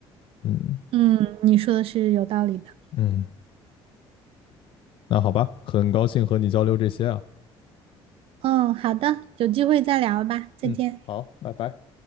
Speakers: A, on the left (about 55°); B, on the right (about 60°).
A: 嗯
B: 嗯，你说的是有道理的。
A: 嗯，那好吧，很高兴和你交流这些啊，
B: 嗯，好的，有机会再聊吧，再见。
A: 嗯，好，拜拜。